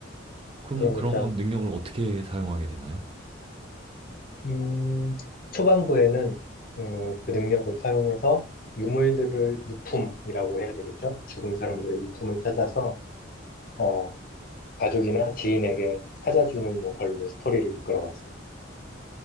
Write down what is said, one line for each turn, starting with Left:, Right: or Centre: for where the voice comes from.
Right: 그럼
Left: 그러니까
Right: 그런 건 능력을 어떻게 사용하게 되나요?
Left: 음, 초반부에는 음, 그 능력을 사용해서 유물들을 유품이라고 해야 되겠죠? 죽은 사람들의 유품을 찾아서 어, 가족이나 지인에게 찾아주는 역할로 스토리를 이끌어갔어요.